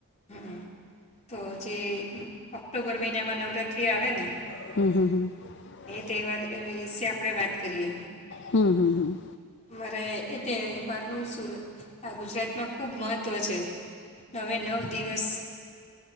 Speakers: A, on the left; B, on the left.
A: હમ તો જે ઓક્ટોબર મહિનામાં નવરાત્રી આવે ને
B: <inaudible>
A: તેવાર એવિશે આપણે વાત કરીએ
B: હમ હમ હમ
A: અમારે એ તહેવારનું સુરત આ ગુજરાતમાં ખૂબ મહત્ત્વ છે. નવે નવ દિવસ